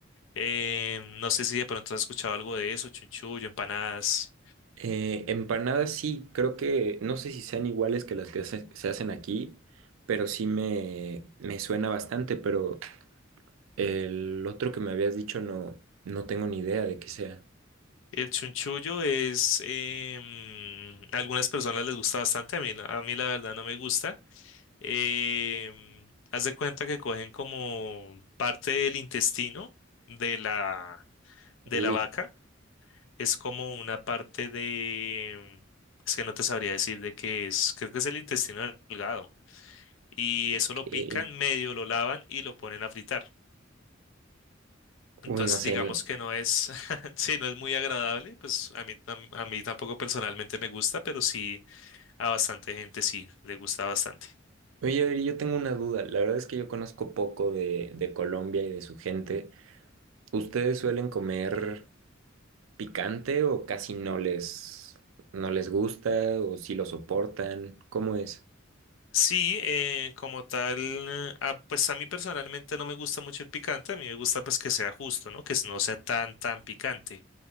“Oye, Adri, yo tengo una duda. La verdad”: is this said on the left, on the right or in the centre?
Right